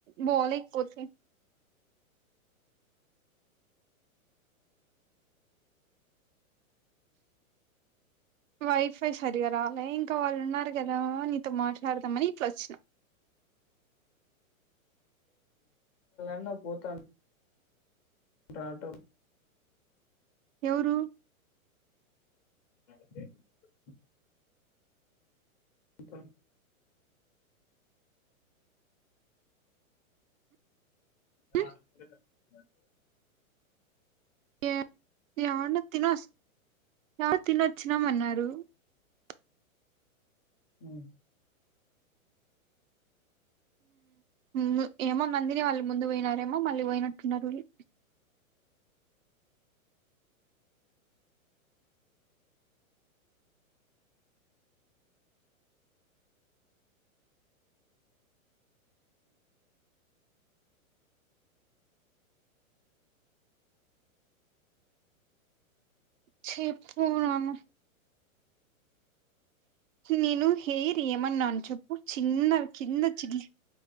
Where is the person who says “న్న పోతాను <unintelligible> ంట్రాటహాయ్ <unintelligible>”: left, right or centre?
Left